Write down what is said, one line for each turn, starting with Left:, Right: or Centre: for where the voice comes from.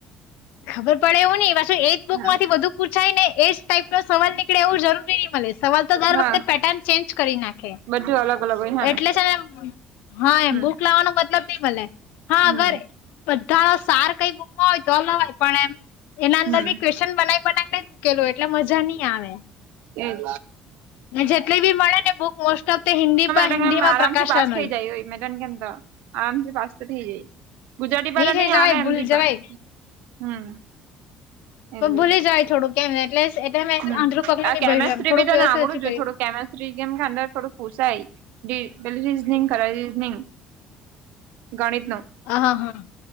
Left: ખબર પડે એવું ને પાછું એજ બુક
Right: હા
Left: માંથી બધું પૂછાય ને એજ. ટાઈપ નો સવાલ નીકળે એવું જરૂરી નહી મળે સવાલ તો દર
Right: હા
Left: વખત પેટર્ન ચેન્જ કરી નાખે.
Right: બધું અલગ અલગ હોય હેને
Left: એટલે છે ને હા એમ
Right: હમ
Left: બુક લાવાનું બધ મતલબ ની મલે હા
Right: હમ
Left: અગર બધાના સાર કઈ બુકમાં હોય તો લવાય પણ એમ એના અંદર
Right: હમ
Left: બી ક્વેશ્ચન બનાઇ બનાઈને મૂકેલુ હોય એટલે મજા ની આવે
Right: એજ
Left: ને જેટલી બી મળે ને બુક મોસ્ટ ઓફ તો હિન્દી પણ
Right: તમે
Left: હિન્દીમાં
Right: આરામથી
Left: પ્રકાશન
Right: પાસ થઇ
Left: હોય
Right: જાય મે તન કેમ આરામથી પાસ તો થઇ જાય ગુજરાતી ભરા
Left: થઈ
Right: ની
Left: જવાય
Right: આવે એમ
Left: ભૂલી
Right: બી પણ
Left: જવાય
Right: હમ
Left: પણ
Right: એલે
Left: ભૂલી જવાય થોડુંક એમ એટલે એટલે મે
Right: હમ
Left: આંધળું પગલું
Right: આ
Left: ની
Right: કેમેસ્ત્રી
Left: ભર્યું એમ થોડુંક
Right: બી તને
Left: વ્યવસ્થિત
Right: આવડું
Left: ઓછું
Right: જોઈએ
Left: કર્યું
Right: થોડુંક કેમેસ્ત્રી કેમ કે અંદર થોડું પૂસાય રી પેલું રીઝનિંગ કરે રીઝનિંગ ગણિત નું
Left: હા હા